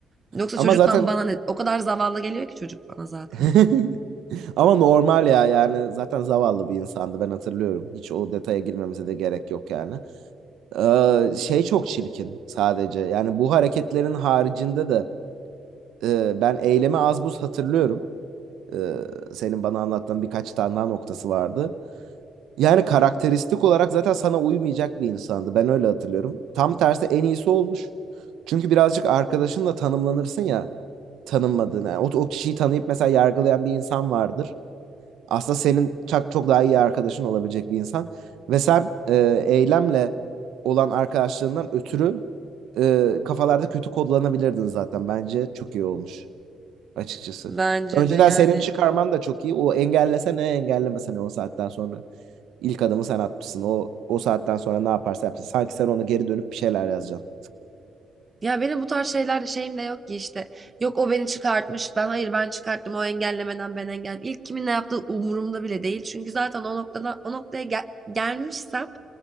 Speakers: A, on the right; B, on the right.
A: Yoksa
B: Ama
A: çocuktan
B: zaten
A: bana ne? O kadar zavallı geliyor ki çocuk bana zaten.
B: <laughs> ama normal ya yani zaten zavallı bir insandı ben hatırlıyorum. Hiç o detaya girmemize de gerek yok yani. Ee, şey çok çirkin sadece. Yani bu hareketlerin haricinde de e, ben eylemi az buz hatırlıyorum. Ee, senin bana anlattığın birkaç tane daha noktası vardı. Yani karakteristik olarak zaten sana uymayacak bir insandı. Ben öyle hatırlıyorum. Tam tersi en iyisi olmuş. Çünkü birazcık arkadaşınla tanımlanırsın ya tanınmadığını. Yani o, o kişiyi tanıyıp mesela yargılayan bir insan vardır. Aslında senin çok, çok daha iyi arkadaşın olabilecek bir insan. Ve sen e, eylemle olan arkadaşlığından ötürü e, kafalarda kötü kodlanabilirdin zaten. Bence çok iyi olmuş açıkçası.
A: Bence
B: Önceden
A: de yani
B: senin çıkarman da çok iyi. O engellese ne engellemese ne o saatten sonra. İlk adımı sen atmışsın. O, o saatten sonra ne yaparsa yapsın. Sanki sen ona geri dönüp bir şeyler yazacaksın.
A: Ya benim bu tarz şeyler şeyim de yok ki işte. Yok o beni çıkartmış. Ben hayır ben çıkarttım. O engellemeden ben engel. İlk kimin ne yaptığı umurumda bile değil. Çünkü zaten o noktada o noktaya gel- gelmişsem